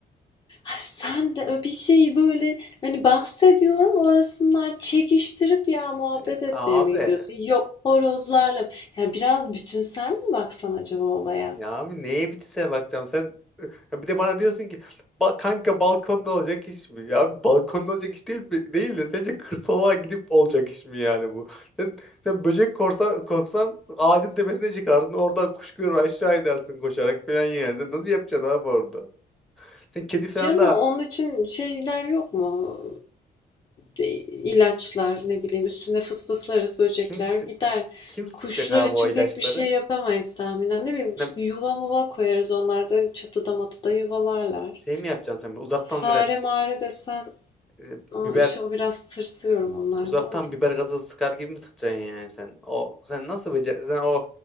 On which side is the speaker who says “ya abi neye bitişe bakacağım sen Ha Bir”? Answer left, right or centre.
Centre